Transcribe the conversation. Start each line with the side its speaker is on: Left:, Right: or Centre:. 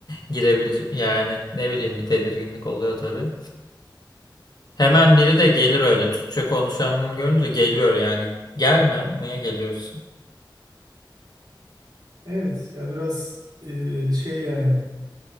Left: girebilir yani ne bileyim bir tedirginlik oluyor tabii. Hemen biri de gelir öyle Türkçe konuşan birini görünce geliyor yani gelme niye geliyorsun?
Right: Evet ya biraz e, şey yani